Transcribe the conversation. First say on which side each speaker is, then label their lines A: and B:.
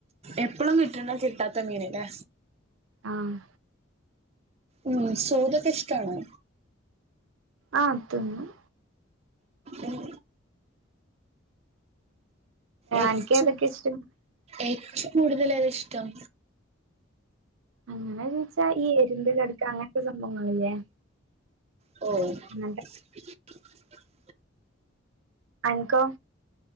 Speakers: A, on the right; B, on the right.
A: എപ്പോഴും കിട്ടണ കിട്ടാത്ത മീനല്ലേ
B: ആഹ്
A: ഉം സ്വാദൊക്കെ ഇഷ്ടാണോ?
B: ആ തിന്നും.
A: ഉം ഏറ്റും
B: അനക്ക് ഏതൊക്കെ ഇഷ്ടം
A: ഏറ്റവും കൂടുതൽ ഏതാ ഇഷ്ടം?
B: അങ്ങനെ ചോദിച്ചാ ഈ എരുന്ത്‌ കട്ക്ക അങ്ങനത്തെ സംഭവങ്ങളില്ലേ
A: ഓ
B: ഉം
A: <unintelligible> <inaudible>
B: അനക്കോ?